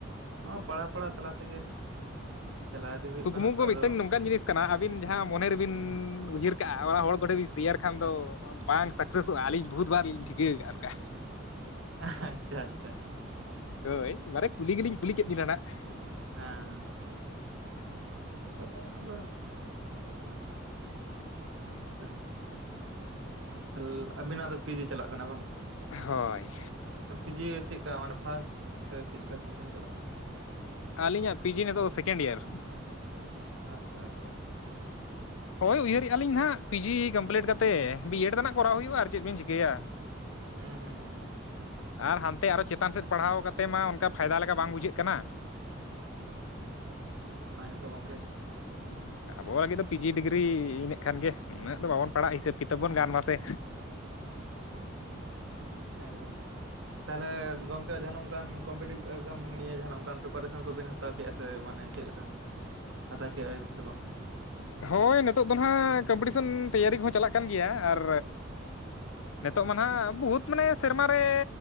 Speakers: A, on the right; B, on the left.
A: ᱱᱚᱣᱟ ᱯᱟᱲᱦᱟ ᱯᱟᱲᱦᱟ ᱛᱟᱞᱟ ᱛᱮᱜᱮ ᱪᱟᱞᱟᱣ ᱤᱫᱤ ᱦᱩᱭᱩᱜ
B: ᱠᱩᱠᱢᱩ
A: ᱠᱟᱱᱟ ᱛᱚ,
B: ᱠᱚ ᱢᱤᱫᱴᱟᱝ
A: ᱟᱫᱚ
B: ᱱᱚᱝᱠᱟᱱ ᱡᱤᱱᱤᱥ ᱠᱟᱱᱟ ᱟᱹᱵᱤᱱ ᱡᱟᱦᱟᱸ ᱢᱚᱱᱮ ᱨᱮᱵᱤᱱ ᱩᱭᱦᱟᱹᱨ ᱠᱟᱜᱼᱟ ᱚᱱᱟ ᱦᱚᱲ ᱠᱚᱴᱷᱮᱱ ᱵᱤᱱ ᱥᱮᱭᱟᱨ ᱠᱷᱟᱱ ᱫᱚ ᱵᱟᱝ ᱥᱟᱠᱥᱮᱥᱚᱜᱼᱟ ᱟᱹᱞᱤᱧ ᱵᱚᱦᱩᱛ ᱵᱟᱨ ᱞᱤᱧ ᱴᱷᱤᱠᱟᱹ ᱠᱟᱜᱼᱟ ᱚᱱᱠᱟ,
A: ᱟᱦᱟ ᱟᱪᱪᱷᱟ ᱟᱪᱪᱷᱟ᱾
B: ᱦᱳᱭ ᱮᱵᱟᱨᱮ ᱠᱩᱞᱤ ᱜᱮᱞᱤᱧ ᱠᱩᱞᱤ ᱠᱮᱫ ᱵᱤᱱᱟ ᱱᱟᱸᱜ,
A: ᱦᱮᱸ ᱦᱮᱸ ᱛᱚ ᱟᱫᱚ ᱚᱱᱮ ᱚᱱᱠᱟᱜᱮ᱾ ᱛᱟᱞ ᱟᱵᱤᱱᱟᱜ ᱫᱚ ᱯᱤᱡᱤ ᱪᱟᱞᱟᱜ ᱠᱟᱱᱟ ᱵᱟᱝ?
B: ᱦᱚᱭ᱾
A: ᱯᱤᱡᱤ ᱪᱮᱜᱠᱟ ᱚᱱᱮ ᱯᱷᱟᱥ ᱥᱮ ᱪᱮᱫ ᱞᱮᱠᱟ ᱥᱮᱠᱮᱱᱰ ᱪᱟᱞᱟᱜ ᱠᱟᱱᱟ?
B: ᱟᱹᱞᱤᱧᱟᱜ ᱯᱤᱡᱤ ᱱᱤᱛᱚᱜ ᱫᱚ ᱥᱮᱠᱮᱱᱰ ᱤᱭᱟᱨ᱾
A: ᱟᱪᱪᱷᱟ ᱟᱪᱪᱷᱟ ᱟᱪᱪᱷᱟ᱾
B: ᱦᱳᱭ ᱩᱭᱦᱟᱹᱨᱮᱜᱼᱟᱞᱤᱧ ᱱᱟᱦᱟᱸᱜ ᱯᱤᱡᱤ ᱠᱚᱢᱯᱞᱤᱴ ᱠᱟᱛᱮ ᱵᱤ ᱮᱰ ᱛᱟᱱᱟᱜ ᱠᱚᱨᱟᱣ ᱦᱩᱭᱩᱜᱼᱟ ᱟᱨ ᱪᱮᱫ ᱵᱤᱱ ᱪᱤᱠᱟᱹᱭᱟ᱾
A: ᱦᱮᱸ ᱦᱩᱸ ᱦᱩᱸ᱾
B: ᱟᱨ ᱦᱟᱱᱛᱮ ᱟᱨᱚ ᱪᱮᱛᱟᱱ ᱥᱮᱫ ᱯᱟᱲᱦᱟᱣ ᱠᱟᱛᱮᱜ ᱢᱟ ᱚᱱᱠᱟ ᱯᱷᱟᱭᱫᱟ ᱞᱮᱠᱟ ᱵᱟᱝ ᱵᱩᱡᱷᱟᱹᱜ ᱠᱟᱱᱟ᱾
A: ᱚᱱᱟ ᱜᱮᱛᱚ ᱜᱚᱢᱠᱮ᱾
B: ᱦᱩᱸ᱾ ᱟᱵᱚ ᱞᱟᱹᱜᱤᱫ ᱫᱚ ᱯᱤᱡᱤ ᱰᱤᱜᱽᱨᱤ ᱤᱱᱟᱹᱜ ᱠᱷᱟᱱᱜᱮ ᱩᱱᱟᱹᱜ ᱫᱚ ᱵᱟᱵᱚᱱ ᱯᱟᱲᱦᱟᱜᱼᱟ ᱦᱤᱥᱟᱹᱵᱽ ᱠᱤᱛᱟᱹᱵᱽ ᱵᱚᱱ ᱜᱟᱱ ᱢᱟᱥᱮ᱾
A: ᱮᱠᱫᱚᱢ᱾ ᱛᱟᱦᱚᱞᱮ ᱜᱚᱢᱠᱮ ᱡᱟᱸᱦᱟᱱᱟᱜ ᱚᱱᱠᱟᱱ ᱠᱚᱢᱯᱤᱴᱤᱵᱽ ᱮᱠᱡᱟᱢ ᱱᱤᱭᱮ ᱡᱟᱸᱦᱟᱱᱟᱜ ᱚᱱᱠᱟᱱ ᱯᱨᱤᱯᱟᱨᱮᱥᱚᱱ ᱠᱚᱵᱤᱱ ᱦᱟ ᱦᱟᱛᱟᱣ ᱠᱮᱜᱼᱟ ᱥᱮ ᱢᱟᱱᱮ ᱪᱮᱫ ᱞᱮᱠᱟ ᱦᱟᱛᱟᱣ ᱠᱮᱜᱼᱟᱭ ᱵᱮᱱ ᱥᱮ ᱵᱟᱝ?
B: ᱦᱳᱭ ᱱᱤᱛᱚᱜ ᱫᱚ ᱦᱟᱸᱜ ᱠᱚᱢᱯᱤᱴᱤᱥᱚᱱ ᱛᱮᱭᱟᱨᱤ ᱠᱚᱦᱚᱸ ᱪᱟᱞᱟᱜ ᱠᱟᱱ ᱜᱮᱭᱟ ᱟᱨ ᱱᱤᱛᱚᱜ ᱢᱟ ᱱᱟᱦᱟᱸᱜ ᱵᱚᱦᱩᱛ ᱢᱟᱱᱮ ᱥᱮᱨᱢᱟ ᱨᱮ